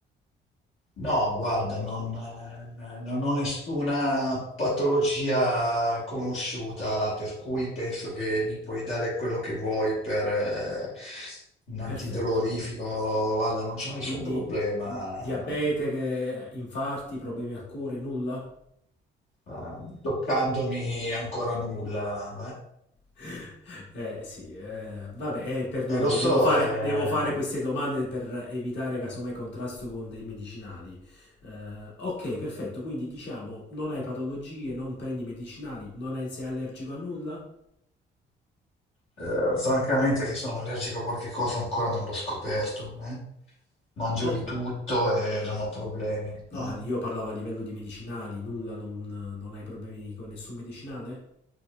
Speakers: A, on the left (about 75°); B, on the left (about 65°).
A: No, guarda, non, eh, non ho nessuna patologia conosciuta, per cui penso che mi puoi dare quello che vuoi per eh, un antidolorifico.
B: Perfetto.
A: Guarda, non c'è nessun
B: Quindi
A: problema,
B: mh, diabete, che- infarti, problemi al cuore, nulla?
A: eh, toccandomi ancora nulla.
B: <laughs> Eh sì, eh, vabbè, eh, perdonami,
A: eh. E lo so,
B: devo fare,
A: eh,
B: devo fare queste domande per evitare casomai contrasto con dei medicinali. Eh, ok, perfetto, quindi diciamo non hai patologie, non prendi medicinali, non hai- sei allergico a nulla?
A: eh, francamente che sono allergico a qualche cosa ancora non l'ho scoperto. eh. Mangio
B: O-
A: di tutto e non ho problemi.
B: no,
A: mm.
B: io parlavo a livello di medicinali, nulla, non, non hai problemi con nessun medicinale?